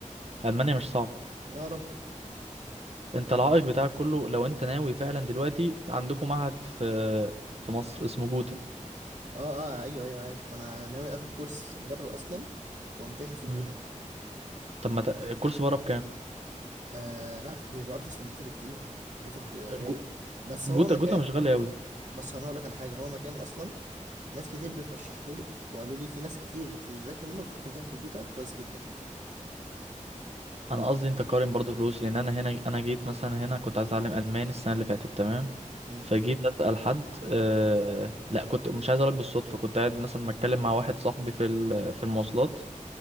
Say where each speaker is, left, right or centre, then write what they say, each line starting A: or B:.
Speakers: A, on the right (about 50°); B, on the right (about 65°).
A: ألمانيا مش صعب
B: يا رب
A: انت العائق بتاعك كله لو انت ناوي فعلا دلوقتي في- عندكم معهد في في مصر اسمه جوتا
B: اه اه ايوه ايوه عارف ما انا ناوي اخد كورس بره اصلا وامتحن في جوتا
A: مم. طب ما ت- الكورس بره بكام
B: آه لا بيبقى ارخص من جوتا بكتير جوتا رخي- آه،
A: جو-
B: غالي بس
A: جوتا
B: هو مكان
A: جوتا مش غالي أوي
B: بس انا هقول لك على حاجه هو مكان اصلا ناس كتير بترشحه لي وقالوا لي في ناس كتير بتذاكر منه وتروح تمتحن في جوتا كويس جدا
A: انا قصدي انت قارن برضو فلوس لان انا هنا انا جيت مثلا هنا كنت عايز اتعلم الماني السنه اللي فاتت تمام
B: امم
A: فجيت اسال حد آه... لا كنت مش عايز اقولك بالصدفه كنت قاعد مثلا بتكلم مع واحد صاحبي في ال... في المواصلات